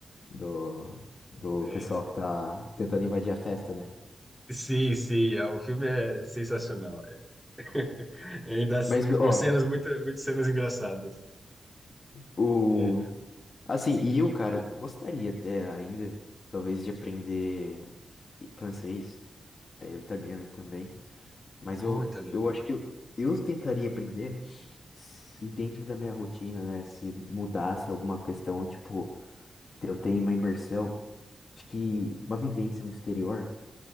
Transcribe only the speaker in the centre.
É,
sim, sim, é, o filme é sensacional. <laughs> Ainda s-
com
cenas, muito, muitas cenas engraçadas.
É,
o
italiano.